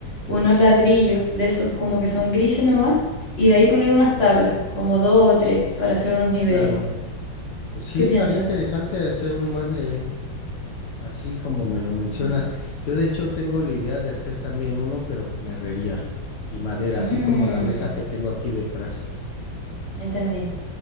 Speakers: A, on the left (about 35°); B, on the left (about 75°).
A: unos ladrillos de esos como que son grises nomás y de ahí poner unas tablas, como dos o tres, para hacer unos niveles.
B: Claro, pues sí,
A: ¿Qué
B: estaría
A: piensas?
B: interesante hacer un mueble ¿eh? así como me lo mencionas.
A: Ujú.
B: Yo de hecho tengo la idea de hacer también uno, pero con herrería y madera,
A: Mm,
B: así como la mesa que tengo aquí detrás.
A: entendí.